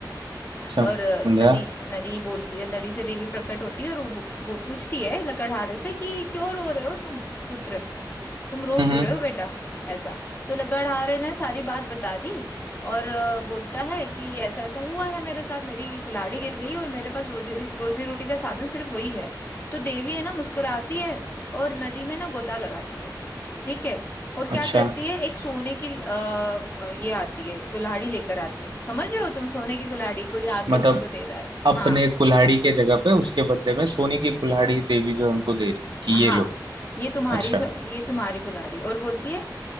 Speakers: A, on the right (about 85°); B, on the left (about 25°).
A: समझा
B: और अ, नदी नदी बोलती है नदी से देवी प्रकट होती है और वो, वो पूछती है लकड़हारे से कि क्यों रो रहे हो तुम पुत्र तुम रो
A: हम्म
B: क्यों रहे हो बेटा ऐसा तो लकड़हारे ने सारी बात बता दी और अ, बोलता है कि ऐसा ऐसा हुआ है मेरे साथ मेरी कुल्हाड़ी गिर गई और मेरे पास रोजी रोजी रोटी का साधन सिर्फ वही है तो देवी है ना मुस्कुराती है और नदी में ना गोता लगाती है ठीक है और क्या
A: अच्छा
B: करती है एक सोने की अ, अ, ये आती है कुल्हाड़ी लेकर आती है समझ रहे हो तुम सोने की कुल्हाड़ी कोई आके
A: मतलब
B: तुमको दे रहा है
A: अपने
B: हाँ
A: कुल्हाड़ी के जगह पे उसके बदले में सोने की कुल्हाड़ी देवी जो है उनको दे रही कि
B: हाँ
A: ये लो
B: ये तुम्हारी
A: अच्छा
B: सो- ये तुम्हारी कुल्हाड़ी और बोलती है